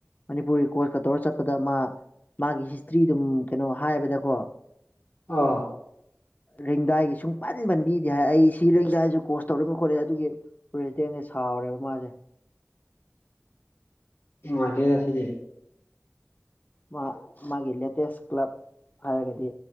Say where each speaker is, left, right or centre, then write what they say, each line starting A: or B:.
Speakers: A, on the left; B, on the left.
A: ꯃꯅꯤꯄꯨꯔꯒꯤ ꯀꯣꯁꯀ ꯇꯧꯔ ꯆꯠ ꯄꯗ ꯃꯥ ꯃꯥꯒꯤ ꯍꯤꯁꯇ꯭ꯔꯤ ꯑꯗꯨꯝ ꯀꯩꯅꯣ ꯍꯥꯏꯕꯗꯀꯣ
B: ꯑꯥ
A: ꯔꯦꯡꯗꯥꯏꯒꯤ ꯁꯨꯡ ꯄꯟ ꯄꯟꯕꯤꯗꯦ ꯍꯥꯏ ꯑꯩ ꯁꯤ ꯔꯦꯡꯖꯥꯏꯁꯨ ꯀꯣꯁ ꯇꯧꯔꯒ ꯈꯣꯠꯂꯦ ꯑꯗꯨꯒꯤ ꯄ꯭ꯔꯁꯤꯗꯦꯁꯦ ꯁꯥꯎꯔꯦꯕ ꯃꯥꯁꯦ
B: ꯅꯨꯡꯉꯥꯏꯇꯦꯍꯦ ꯑꯁꯤꯗꯤ
A: ꯃꯥ ꯃꯥꯒꯤ ꯂꯦꯇꯦꯁ ꯀ꯭ꯂꯕ ꯍꯥꯏꯔꯒꯗꯤ